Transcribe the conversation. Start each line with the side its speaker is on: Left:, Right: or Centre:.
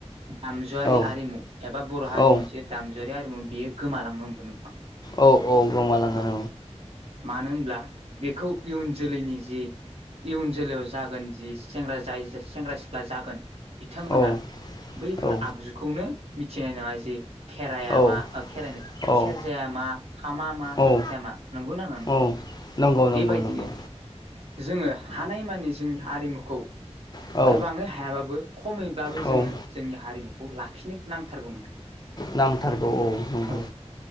Right: दामजुआरि
Left: औ
Right: आरिमु एबा बर' हारिनि
Left: औ
Right: मोनसे दामजुआरारि आरिमु बेयो गोमालांनो हमगोन नोंथां
Left: औ औ गोमालांगोन
Right: औ मानो होन ब्ला बेखौ इयुन जोलैनि जि इयुन जोलै जागोन जि सेंग्रा जाय सेंग्रा सिख्ला जागोन बिथांमोना
Left: औ
Right: बैफोर
Left: औ
Right: आगजुखौनो मिथिनाय नङा जे खेराइ
Left: औ
Right: मा खेराइनो
Left: औ
Right: सेरजाया मा खामा मा
Left: औ
Right: जथाया मा नंगौ नङा नोंथां।
Left: औ नंगौ
Right: बेबायदिनो
Left: नंगौ नंगौ।
Right: जोङो हानायमानि जोंनि हारिमुखौ
Left: औ
Right: गोबाङै हायाबाबो खमैब्लाबो
Left: औ
Right: जोङो जोंनि हारिमुखौ लाखिनो नांथारगौ मोन <unintelligible>
Left: नांथारगौ औ नंगौ
Right: औ।